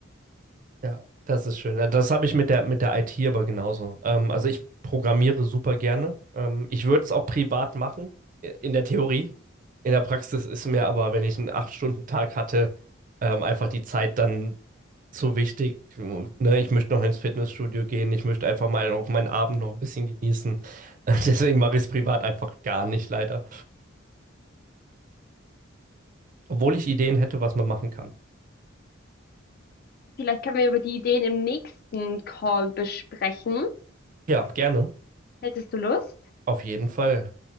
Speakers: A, on the right; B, on the left.
A: Ja, das ist schön. Ja, Das habe ich mit der, mit der IT aber genauso. Ähm, also ich programmiere super gerne. Ähm, ich würde es auch privat machen, i- in der Theorie. In der Praxis ist mir aber, wenn ich einen acht stunden tag hatte, ähm, einfach die Zeit dann zu wichtig. Ne? Ich möchte noch ins Fitnessstudio gehen. Ich möchte einfach mal auch meinen Abend noch ein bisschen genießen. <laughs> Deswegen mache ich es privat einfach gar nicht, leider. Obwohl ich Ideen hätte, was man machen kann.
B: Vielleicht können wir über die Ideen im nächsten Call besprechen.
A: Ja, gerne.
B: Hättest du Lust?
A: Auf jeden Fall.